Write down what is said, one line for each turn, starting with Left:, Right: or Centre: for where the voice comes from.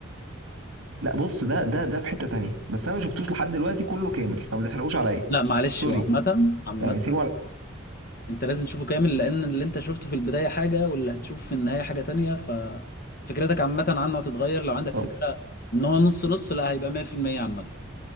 Right: لا بص ده ده ده في حتة تانية بس انا ما شفتوش لحد دلوقتي كله كامل فما تحرقوش عليا
Left: لا معلش
Right: سوري
Left: هو عامة عامة
Right: يعني سيبه على
Left: انت لازم تشوفه كامل لان اللي انت شفته في البداية حاجة واللي هتشوفه في النهاية حاجة تانية ففكرتك عامة عنه هتتغير لو عندك
Right: طب
Left: فكرة ان هو نص نص لا هيبقى 100% عامة